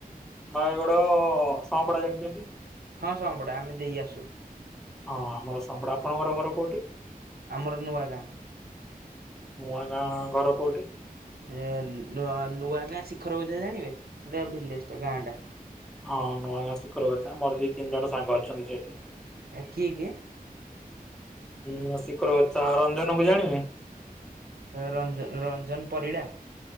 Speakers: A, in the centre; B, on the right.
A: ନୟାଗଡ ସଅଁପଡା ଜାଣିଛନ୍ତି
B: ହଁ ସଅଁପଡା ଆମେ ଦେଇ ଆସୁ
A: ହଁ ଆମର ସଅଁପଡା ଆପଣଙ୍କର ଘର କୋଉଠି
B: ଆମର ନୂଆ ଗାଁ
A: ନୂଆ ଗାଁ ଘର କୋଉଠି
B: ଏ ନୂଆ ନୂଆ ଗାଁ ଶିଖର ଗଜା ଜାଣିବେ ସେଟା ଭିଲେଜ ଟା ଗାଁ ଟା।
A: ହଁ ହଁ ନୂଆ ଗାଁ ଶିଖର ଗଛା ମୋର ଦିଇ ତିନି ଜଣ ସାଙ୍ଗ ଅଛନ୍ତି ସେଇଠି।
B: ଆ କିଏ କିଏ?
A: ହୁଁ ଶୀଖର ଗଛା ରଞ୍ଜନକୁୁ ଜାଣିବେ?
B: ରଞ୍ଜ ରଞ୍ଜନ ପରିଡ଼ା।